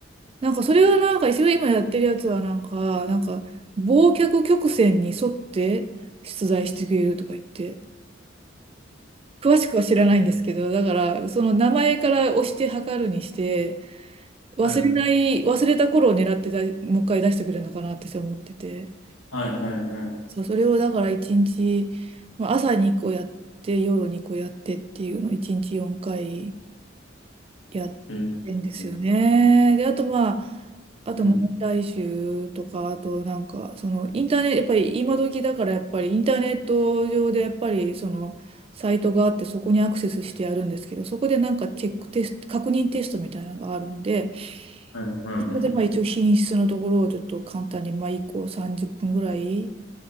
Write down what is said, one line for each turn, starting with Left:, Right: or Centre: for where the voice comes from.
Right: なんかそれをなんか一応今やってるやつはなんか、なんか、忘却曲線に沿って出題してくれるとか言って、詳しくは知らないんですけど、
Left: <laughs>
Right: だからその名前から押して測るにして、忘れない、
Left: はい。
Right: 忘れた頃を狙ってだ、もう一回出してくれるのかなって私は思ってて、
Left: はい、はい、はい。
Right: そう、それをだから一日、まあ、朝にこ個やって、夜にこ個やってっていうのを一日4回。やってんですよね。
Left: えー
Right: で、あとまあ、あと問題集とか、
Left: うん。
Right: あとなんか、そのインターネット、やっぱり今時だからやっぱりインターネット上でやっぱりそのサイトがあってそこにアクセスしてやるんですけど、そこでなんかチェックテスト、確認テストみたいなのがあるんで、
Left: はい、はい。
Right: そこでまあ一応品質のところをちょっと簡単にまあ1個30分ぐらい
Left: はい